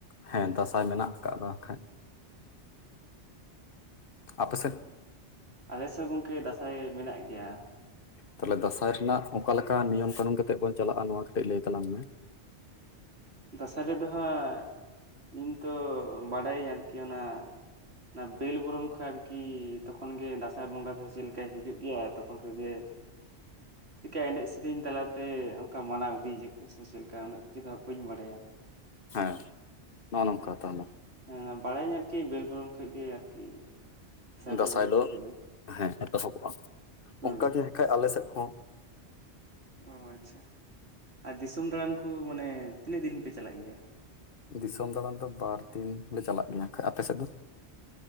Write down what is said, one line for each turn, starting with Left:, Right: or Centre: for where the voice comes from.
Left: ᱦᱮᱸ ᱫᱟᱸᱥᱟᱭ ᱢᱮᱱᱟᱜ ᱟᱠᱟᱫᱟᱫᱟ ᱟᱜᱼᱠᱷᱟᱡ ᱟᱯᱮ ᱥᱮᱡ
Right: ᱟᱞᱮᱥᱮᱫ ᱜᱚᱢᱠᱮ ᱫᱟᱸᱥᱟᱭ ᱢᱮᱱᱟᱜ ᱜᱮᱭᱟ
Left: ᱛᱟᱦᱚᱞᱮ ᱫᱟᱸᱥᱟᱭ ᱨᱮᱱᱟᱜ ᱚᱠᱟ ᱞᱮᱠᱟ ᱱᱤᱭᱚᱢ ᱠᱟᱹᱱᱩᱱ ᱠᱟᱛᱮᱜ ᱵᱚᱱ ᱪᱟᱞᱟᱜᱼᱟ ᱱᱚᱣᱟ ᱠᱟᱹᱴᱤᱡ ᱞᱟᱹᱭ ᱛᱟᱞᱟᱝ ᱢᱮ
Right: ᱫᱟᱸᱥᱟᱭ ᱨᱮᱫᱚ ᱦᱟᱸᱜ ᱤᱧ ᱛᱚ ᱵᱟᱰᱟᱭᱟᱹᱧ ᱟᱨᱠᱤ ᱚᱱᱟ ᱚᱱᱟ ᱵᱮᱞ ᱵᱚᱨᱚᱱ ᱠᱷᱚᱡ ᱟᱨᱠᱤ ᱛᱚᱠᱷᱚᱱ ᱜᱮ ᱫᱟᱸᱥᱟᱭ ᱵᱚᱸᱜᱟ ᱫᱚ ᱪᱮᱫ ᱞᱮᱠᱟᱭ ᱦᱤᱡᱩᱜ ᱜᱮᱭᱟ ᱛᱚᱠᱷᱚᱱ ᱠᱷᱚᱡ ᱜᱮ ᱪᱤᱠᱠᱟ ᱮᱱᱮᱡ ᱥᱮᱨᱮᱧ ᱛᱟᱞᱟᱛᱮ ᱚᱱᱠᱟ ᱢᱟᱱᱟᱣ ᱤᱫᱤᱭᱟᱠᱚ ᱥᱮ ᱪᱮᱫ ᱞᱮᱠᱟ ᱩᱱᱟᱹᱜ ᱠᱤᱪᱷᱩ ᱫᱚ ᱵᱟᱹᱧ ᱵᱟᱰᱟᱭᱟ
Left: ᱦᱮᱸ ᱱᱚᱜᱼᱚ ᱱᱚᱝᱠᱟ ᱛᱟᱦᱚᱞᱮ
Right: ᱦᱮᱸ ᱵᱟᱲᱟᱭᱟᱹᱧ ᱟᱨᱠᱤ ᱵᱮᱞ ᱵᱚᱨᱚᱱ ᱠᱷᱚᱡ ᱜᱮ ᱟᱨᱠᱤ ᱵᱚᱸᱜᱟ
Left: ᱫᱟᱸᱥᱟᱭ
Right: ᱫᱚᱭ
Left: ᱫᱚ
Right: ᱦᱤᱡᱩᱜᱼᱟᱭ
Left: ᱦᱮᱸ ᱮᱛᱚᱦᱚᱵᱚᱜᱼᱟ
Right: ᱦᱳᱭ
Left: ᱚᱱᱠᱟ ᱜᱮ ᱱᱟᱜᱼᱠᱷᱟᱡ ᱟᱞᱮ ᱥᱮᱫ ᱦᱚᱸ
Right: ᱚ ᱟᱪᱪᱷᱟ ᱟᱨ ᱫᱤᱥᱚᱢ ᱫᱟᱬᱟᱱ ᱠᱚ ᱢᱟᱱᱮ ᱛᱤᱱᱟᱹᱜ ᱫᱤᱱ ᱯᱮ ᱪᱟᱞᱟᱜ ᱜᱮᱭᱟ
Left: ᱫᱤᱥᱚᱢ ᱫᱟᱬᱟᱱ ᱫᱚ ᱵᱟᱨ ᱫᱤᱱ ᱞᱮ ᱪᱟᱞᱟᱜ ᱜᱮᱭᱟ ᱠᱷᱟᱡ᱾ ᱟᱯᱮ ᱥᱮᱫ ᱫᱚ?